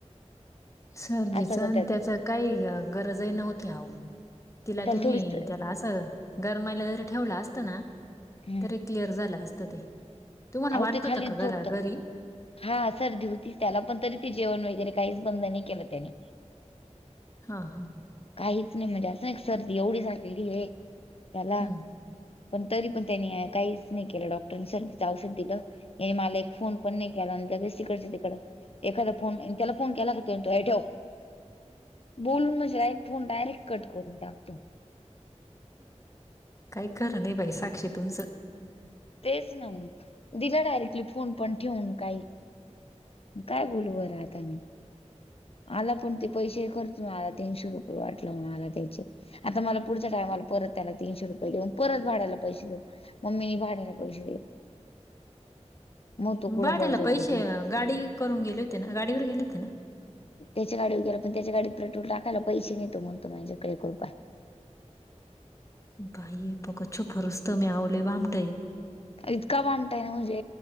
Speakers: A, on the left (about 25°); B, on the left (about 55°).
A: सर्दीच
B: असं
A: आणि
B: तर
A: त्याच काही गरजही नव्हती आहो. तिला
B: त्याला
A: तुम्ही
B: थोडीच
A: त्याला असं घर महिलेला जरी ठेवला असत ना
B: हम्म
A: तरी क्लिअर झालं असत ते. तुम्हाला
B: अहो
A: वाढत
B: ते खाली
A: होता का
B: झोपत
A: घरा घरी.
B: हा सर्दी होतीच त्याला पण तरी ते जेवण वगैरे काहीच बंद नाही केलं त्याने.
A: हा हा.
B: काहीच नाही म्हणजे असं ना एक सर्दी एवढी झालेली आहे त्याला.
A: हं.
B: पण तरी पण त्यांनी काहीच नाही केलं डॉक्टरां सर् च औषध दिलं या मला एक फोन पण नाही केला त्यानं तिकडच्या तिकडं. एखादा फोन त्याला फोन केला तो, तो..... ये ठेव बोलून म्हणजे नाय फोन डायरेक्ट कट करून टाकतो.
A: काय खर नाही बाई साक्षी तुमचं.
B: तेच नव दिला डायरेक्टली फोन पण ठेवून काही. काय बोलू बरं आता मी. आला पण ते पैसे खर्चून आला तीनशे रुपये वाट लावून आला त्याचे. आता मला पुढच्या टायमाला परत त्यांना तीनशे रुपये देऊन परत भाडयला पैसे देऊन मम्मी नि भाडे्याला पैस दे. मग तो कुठं
A: बाडाला
B: बळजबरी
A: पैसे
B: झाला
A: गाडी करून गेले होते ना गाडीवर गेले होते ना
B: त्याच्या गाडीवर गेला पण त्याच्या गाडीत पेटूर टाकायला पैसे नेतो म्हणतो माझेकडे कृपय.
A: बाई पुका छुपा रुस्तम आहे लय भामटा आहे.
B: इतका भामटा ना म्हणजे